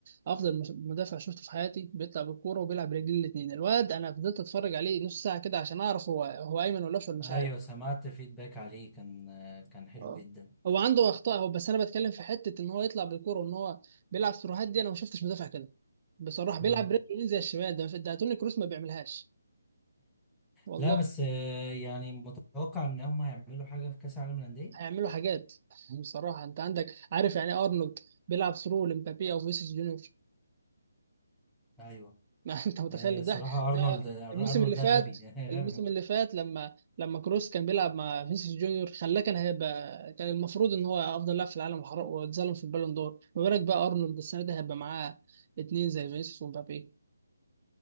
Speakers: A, on the right (about 35°); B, in the centre.
A: افضل مش- مدافع شفته في حياتي بيطلع بالكوره وبيلعب برجلين الاثنين الواد انا فضلت اتفرج عليه نص ساعه كده عشان اعرف هو هو ايمن ولا اشول مش
B: ايوه
A: عارف
B: سمعت فيدباك عليه كان كان حلو
A: اه
B: جدا
A: هو عنده اخطاء هو بس انا بتكلم في حته ان هو يطلع بالكوره وان هو بيلعب سيروهات دي انا ما شفتش مدافع كده بصراحه بيلعب
B: اه
A: برجله اليمين زي الشمال ده ده توني كروس ما بيعملهاش والله
B: لا بس آه، يعني متوقع ان هم هيعملوا حاجه في كاس العالم للانديه
A: هيعملوا حاجات <laughs> بصراحه انت عندك عارف يعني إيه ارنولد بيلعب ثرو لمبابي او فيسيس جونيور
B: ايوه
A: ما <laughs> انت متخيل
B: آه،
A: الضحك
B: صراحه ارنولد
A: ده
B: ارنولد
A: الموسم اللي
B: ده
A: فات
B: غبي <laughs>
A: الموسم
B: غبي
A: اللي فات لما لما كروس كان بيلعب مع فينيسيوس جونيور خلاه كان هيبقى كان المفروض ان هو افضل لاعب في العالم وحر- واتظلم في البالون دور ما بالك بقى ارنولد السنه دي هيبقى معاه اتنين زي فينيسيوس ومبابي